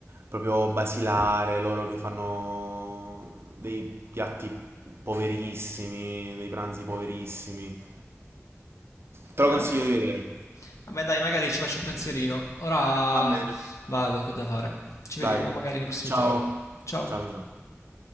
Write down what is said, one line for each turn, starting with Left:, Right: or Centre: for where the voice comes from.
Right: proprio basilare, loro che fanno dei piatti poverissimi, dei pranzi poverissimi. Te lo
Left: Ah,
Right: consiglio
Left: ok.
Right: di vedere.
Left: Vabbè, dai, magari ci faccio un pensierino. Ora
Right: Va bene.
Left: vado, che ho da fare. Ci vediamo
Right: Dai,
Left: magari nei prossimi
Right: ciao.
Left: giorni. Ciao.
Right: Ciao, ciao. ciao.